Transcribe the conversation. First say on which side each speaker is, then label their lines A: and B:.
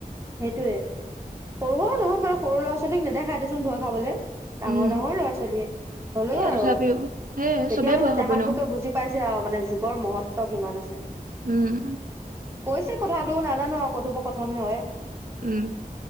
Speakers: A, on the right (about 15°); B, on the right (about 65°).
A: সেইটোয়ে সৰু সৰু নহয় বাৰু সৰু ল'ৰা ছোৱালীক নেদেখাই দেচোন ভয় খাবলৈ। ডাঙৰ
B: উম
A: ডাঙৰ ল'ৰা ছোৱালীয়ে হ'লেও
B: সেয়ে
A: আৰু
B: তথাপিও সেয়ে
A: তেতিয়া
B: চবেই
A: মানে
B: ভয় খাব
A: তেহাঁত
B: ন
A: লোকে বুজি পাইছে আৰু মানে যুগৰ মহত্ব কিমান আছে।
B: উম, ওহ
A: কৈছে কথাটো নাজানোঁ আৰু কথোপকথনে হয়।
B: উম।